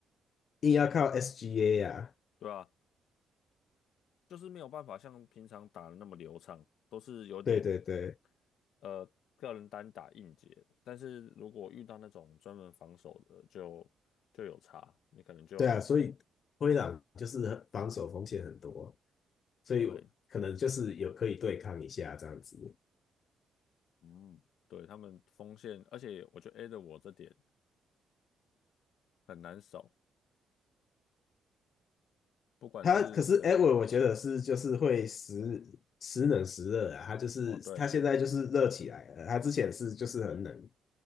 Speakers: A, on the left; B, on the left.
A: 硬要靠 SGA 啊，
B: 对啊。就是没有办法像平常打的那么流畅，都是有点
A: 对对对
B: 呃个人单打硬解。但是如果遇到那种专门防守的，就就有差，你可能就
A: 对啊，所以灰狼就是防守风险很多，所以可能就是有可以对抗一下这样子。
B: 对嗯，对他们锋线，而且我觉得 A 的我这点很难守，不管是谁啊。
A: 他可是 Edward，我觉得是就是会时时冷时热啊，他就是他现在就是热起来了，
B: 哦，对了，
A: 他之前是就是很冷。